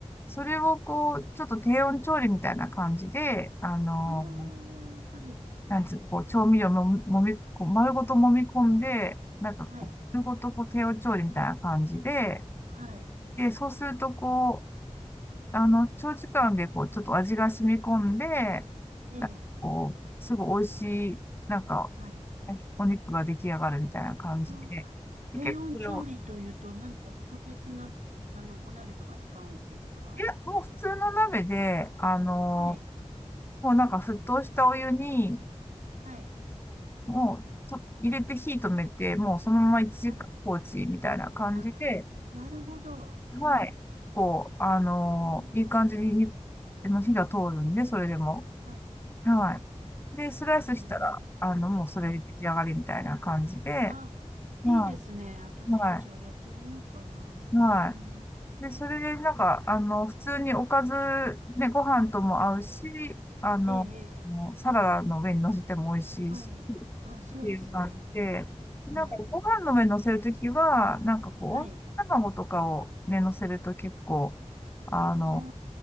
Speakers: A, on the left (about 20°); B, on the right (about 90°).
A: それをこう、ちょっと低温調理みたいな感じで、あの、
B: ああ、はい、
A: なんつうか、こう、調味料ももみ、こう丸ごと揉み込んで、なんかこう、
B: はい、
A: 丸ごとこう、低温調理みたいな感じで、
B: はい。
A: で、そうするとこう、あの、長時間でこう、ちょっと味が染み込んで、
B: ええ、
A: なんかこう、すごい美味しい、なんか、
B: はい。
A: お肉が出来上がるみたいな感じで、
B: あ低温調理というと何か特別な、
A: で結構これを、
B: あの、お鍋とか使うんですか
A: いや、もう普通の鍋で、あの
B: はい。
A: もうなんか沸騰したお湯に、
B: はい。
A: もうと入れて火止めて、もうそのまま1時間放置みたいな感じで、
B: はい。あ、なるほど。はい。
A: はい。結構、あのーいい感じにに
B: うん
A: あの火が通るんで、それでも。
B: はい。
A: は
B: はい。
A: い。で、スライスしたら、
B: うん
A: あの、もうそれで出来上がりみたいな感じで、
B: はい。あ、
A: は
B: いいですね。私、
A: い。は
B: じゃあやってみようかな。
A: い。は
B: うん
A: い。で、それでなんか、あの、普通におかず、ね、ご飯とも合うし、
B: はい。
A: あの、
B: ええ、ええ
A: もうサラダの上に乗せても美味しいし、
B: はい。あ、そうですね。
A: ていう感じで、
B: はい。
A: なんかご飯の上乗せるときは、なんかこう、
B: はい。
A: 温泉卵とかをね、乗せると結構、あの、
B: あ